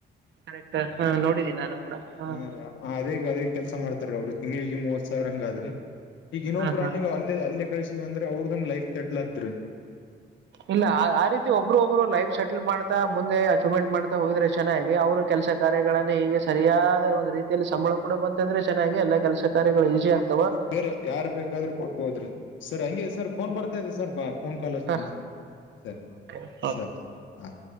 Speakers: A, on the right; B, on the left.
A: ಕರೆಕ್ಟ್ ಹ ನೋಡಿದ್ದನಿ ನಾನು ಕೂಡ ಹಾಂ
B: ಹ ರ ಅದೇ ಅದೇ ಕೆಲ್ಸ ಮಾಡ್ತಾರ ಅವ್ರಿಗೆ ತಿಂಗಗಳಳಿಗೆ ಮೂವತ್ ಸಾವಿರ ಹಂಗಾದ್ರಿ ಈಗ ಇನ್ನೊಬ್ಬ್ರ
A: ಹಾಂ ಹಾಂ
B: ಹಣ್ಣಗ ಅಲ್ಲೇ ಅಲ್ಲೇ ಕಳಸಿದ ಅಂದ್ರೆ ಅವ್ರದನ್ ಲೈಫ್ ಸೆಟ್ಲ್ ಆದ್ರಿ
A: ಇಲ್ಲ ಆ ರೀತಿ ಒಬ್ರು ಒಬ್ರು ಲೈಫ್ ಸೆಟಲ್ ಮಾಡ ಮುಂದೆ ಅಚೀವ್ಮೆಂಟ್ ಮಾಡ್ತಾ ಹೋಗಿದ್ರೆ ಚೆನ್ನಾಗಿ ಅವರ ಕೆಲಸ ಕಾರ್ಯಗಳನ್ನೇ ಹೀಗೆ ಸರಿಯಾದ ಒಂದು ರೀತಿಯಲ್ಲಿ ಸಂಬಂಧ ಕೂಡ ಬಂತಂದ್ರೆ ಚೆನ್ನಾಗಿ ಎಲ್ಲ ಕೆಲಸ ಕಾರ್ಯಗಳು ಈಸಿ ಆಗ್ತದೆ
B: ಮ ಬೇರೆ ಯಾರ ಬೇಕಾದ್ರೆ ಕೊಡ್ಬೋದ್ರಿ ಸರ್ ಹಂಗೆ ಸರ್ ಫೋನ್ ಬರ್ತಾದೆ ಸರ್ ಬಾ ಫೋನ್ ಕಾಲ್ ಎಸ್ಂಡ
A: ಓಕೆ
B: ಸರ್ ಸರಿ
A: ಓಕೆ
B: ಸರ್ ಹಾಂ